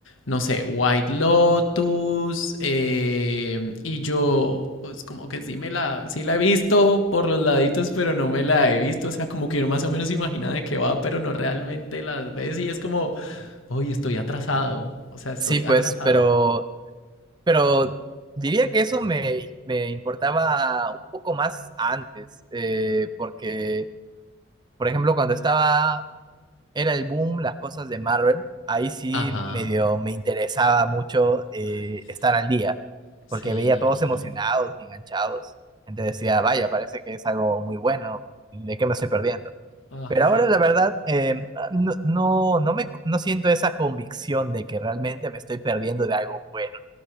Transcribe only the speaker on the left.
no sé, White Lotus, eh, y yo, pues como que sí me la, sí la he visto por los laditos, pero no me la he visto, o sea, como que uno más o menos imagina de qué va, pero no realmente las ves y es como, hoy estoy atrasado, o sea, estoy
atrasado.
Ajá.
Ay,
sí.
Sí.
Ajá.